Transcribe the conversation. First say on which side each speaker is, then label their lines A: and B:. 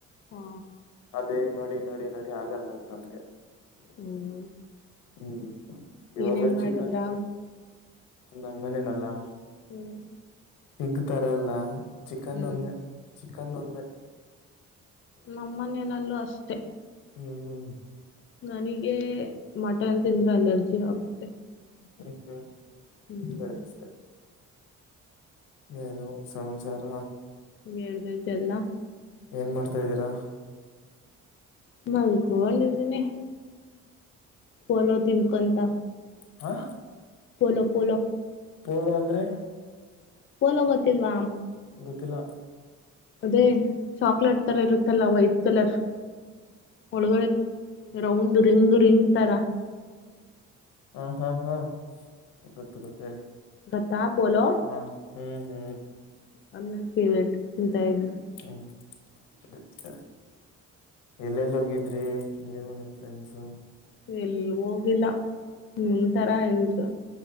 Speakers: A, on the left (about 40°); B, on the left (about 85°).
A: ಹಾ
B: ಅದೇ ನೋಡಿ ನೋಡಿ ನೋಡಿ ಆಗಲ್ಲ ಅದು ನಮಗೆ.
A: ಹ್ಮ್
B: ಹ್ಮ್ ಇವಾಗ
A: ಏನೇನ್ ಮಾಡಿದ್ರ
B: ಚಿಕನ್ ನಮ್ಮ ಮನೇನಲ್ಲಾ.
A: ಹ್ಮ್
B: ಪೀಗ್ ತರಲ್ಲ ಚಿಕನ್
A: ಹ್ಮ್
B: ಒಂದೇ ಚಿಕನ್ ಒಂದೇ.
A: ನಮ್ಮ ಮನೆನಲ್ಲೂ ಅಷ್ಟೇ.
B: ಹ್ಮ್ ಹ್ಮ್
A: ನನಗೆ ಮಟನ್ ತಿಂದ್ರೆ ಅಲರ್ಜಿ ಆಗುತ್ತೆ.
B: ಹ್ಮ್ ಹ್ಮ್
A: ಹ್ಮ್
B: ಸರಿ ಸರಿ ಇನ್ನೇನು ಸಮಾಚಾರ.
A: ಹೇಳ್ಬೇಕು ಎಲ್ಲಾ
B: ಏನ್ ಮಾಡ್ತಾ ಇದ್ದೀರಾ.
A: ಮಲ್ಕಕೊಂಡಿದ್ದೀನಿ ಪೋಲೋ ತಿನ್ಕೊಂತ.
B: ಹಾ
A: ಪೋಲೋ ಪೋಲೋ
B: ಪೋಲೋ ಅಂದ್ರೆ
A: ಪೋಲೋ ಗೊತ್ತಿಲ್ವಾ.
B: ಗೊತ್ತಿಲ್ಲ
A: ಅದೇ ಚಾಕ್ಲೇಟ್ ತರ ಇರುತ್ತಲ್ಲ ವೈಟ್ ಕಲರ್ ಒಳಗಡೆ ರೌಂಡ್ ರಿಂಗ್ ರಿಂಗ್ ತರ
B: ಹಾ ಹಾ ಹಾ ಗೊತ್ತು ಗೊತ್ತ
A: ಗೊತ್ತಾ ಪೋಲೋ.
B: ಹಾ ಹ್ಮ್ ಹ್ಮ್
A: ಅದು ನಾನ್ ಪೇವ್ರೇಟ್ ತಿಂತಾ ಇದ್ದನಿ.
B: ಹ್ಮ್ ಸರಿ ಸರಿ ಎಲ್ಲೆಲ್ಲಿ ಹೋಗಿದ್ರಿ ನೀವು ನಿಮ್ ಫ್ರೆಂಡ್ಸು.
A: ಎಲ್ಲೂ ಹೋಗಿಲ್ಲ ನಿ ತರ ಎಂಜ್